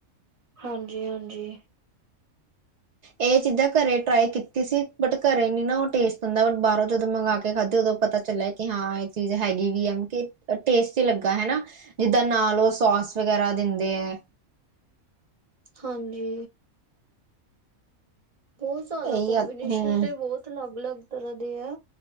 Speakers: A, on the right; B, on the right.
A: ਹਾਂਜੀ-ਹਾਂਜੀ‌।
B: ਏ ਚੀਜ਼ਾਂ ਕਰੇ ਟਰਾਈ ਕੀਤੀ ਸੀ ਬਟ ਕਰੇ ਨੀ ਨਾ ਓ ਟੇਸਟ ਹੁੰਦਾ ਬਟ ਬਾਹਰੋਂ ਜਦੋਂ ਮੰਗਵਾ ਕੇ ਖਾਧੇ ਓਦੋਂ ਪਤਾ ਚੱਲਿਆ ਕਿ ਹਾਂ ਏ ਚੀਜ਼ ਹੈਗੀ ਵੀ ਐ ਹੁਣ ਕੀ ਟੇਸਟੀ ਲੱਗਾ ਹੈਨਾ ਜਿਦਾਂ ਨਾਲ ਓ ਸੋਸ ਵਗੈਰਾ ਦਿੰਦੇ ਐ।
A: ਹਾਂਜੀ। ਬੋਹਤ ਜਾਦਾ
B: ਇਹੀ
A: ਕੋਮਬੀਨੇਸ਼ਨ
B: ਹੂੰ
A: ਤੇ ਬੋਤ ਅਲੱਗ-ਅਲੱਗ ਤਰ੍ਹਾਂ ਦੇ ਐ